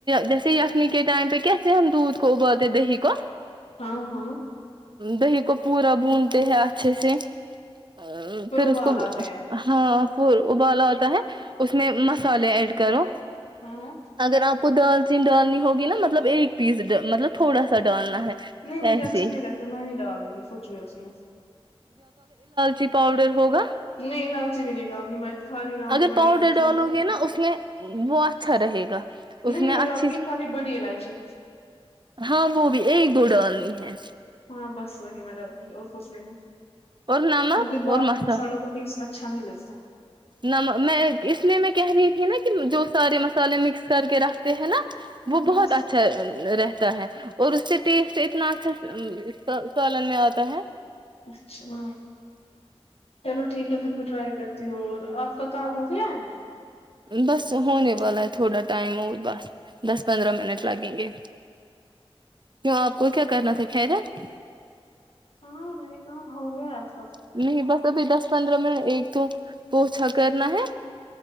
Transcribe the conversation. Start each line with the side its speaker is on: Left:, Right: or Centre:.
Right: جیسے یخنی کے ٹائم پہ کیسے ہم دودھ کو ابالتے دہی کو
Left: ہاں ہاں
Right: دہی کو پورا بونتے ہیں اچھے سے ا پھر
Left: ابال
Right: اس کو
Left: آتے ہیں
Right: ہاں ابالا ہوتا ہے اس میں مسالے ایڈ کرو
Left: ہاں
Right: اگر آپ کو ڈال تو ڈالنی ہوگی نا مطلب ایک پیس مطلب تھوڑا سا ڈالنا ہے
Left: نہیں مجھے
Right: ایسے
Left: اچھا نہیں لگتا میں نہیں ڈالوں گی سوچ بھی اس میں
Right: چی پاؤڈر ہوگا
Left: نہیں الائچی بھی نہیں ڈالوں گی میں خالی ڈالوں
Right: اگر
Left: گی بڑی
Right: پاؤڈر
Left: الائچی
Right: ڈالو
Left: ہوتی ہے
Right: گے نا اس میں وہ اچھا اا رہے گا اس
Left: نہیں
Right: میں اچھی
Left: ڈالوں گی
Right: سے
Left: خالی بڑی الائچی
Right: ہاں وہ بھی ایک دو ڈال نہیں ہے
Left: ہاں بس وہی مطلب کہ سوچ رہے
Right: اور نمک
Left: مجھے باقی
Right: اور مسا
Left: مسالوں کا تی اسنا اچھا نہیں لگتا
Right: نمک میں اس لیے میں کہہ رہی تھی نا کہ جو سارے مسالے مکس کر کے رکھتے ہیں نا
Left: ہوں
Right: وہ بہت اچھا رہتا ہے اور اس سے ٹیسٹ اتنا اچھا سالن میں آتا ہے
Left: اچھا چلو ٹھیک ہے پھر میں ٹرائی کرتی ہوں آپ کا کا ہو گیا ہے
Right: بس ہونے والا ہے تھوڑا ٹائم ہو بس دس پندرہ منٹ لگیں گے کیوں آپ کو کیا کرنا تھا خیرت
Left: ہاں مل کو <unintelligible>
Right: نہیں بس ابھی دس پندرہ منٹ ایک تو پوچھا کرنا ہے